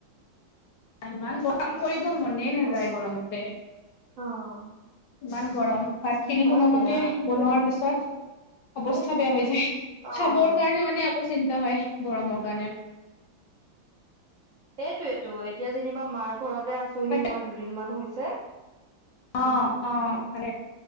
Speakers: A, on the left; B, on the right.
A: আ ইমান গৰম
B: সেয়াই
A: কৰিব মনেই নাযায়
B: গৰমত
A: গৰমতে।
B: অ'
A: ইমান গৰম ভাতখিনি
B: হয়
A: কোনোমতে
B: দিয়া
A: বনোৱাৰ পিছত অৱস্থা
B: এই
A: বেয়া হৈ যায়
B: অ'
A: চাবৰ কাৰণে মানে আকৌ চিন্তা হয়। গৰমৰ কাৰণে।
B: এইটোৱেটো এতিয়া যেনিবা মাৰ ঘৰতে আছোহি
A: তাকে
B: মই দুদিনমান হৈছে উম।
A: অ', অ', ভালে।